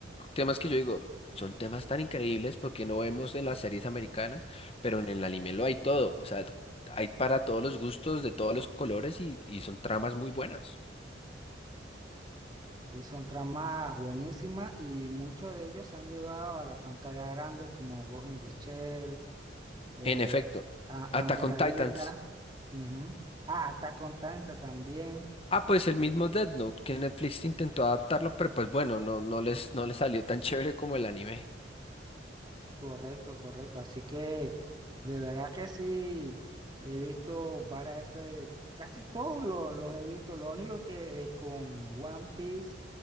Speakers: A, on the left; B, on the right.
A: temas que yo digo, son temas tan increíbles porque no vemos en las series americanas, pero en el anime lo hay todo, o sea, hay para todos los gustos, de todos los colores y, y son tramas muy buenas.
B: Y son tramas buenísimas y muchos de ellos se han llevado a la pantalla grande como Ghost in the Shell, eh,
A: En efecto,
B: a-
A: Attack
B: Angelalita,
A: on Titans.
B: ujú. Ah, Attack on Titan también.
A: Ah, pues el mismo Death Note que Netflix intentó adaptarlo, pero pues bueno, no, no les, no les salió tan <laughs> chévere como el anime.
B: Correcto, correcto. Así que de verdad que sí, he visto varias, eh, casi todos lo- los, he visto. Lo único que eh, con One Piece,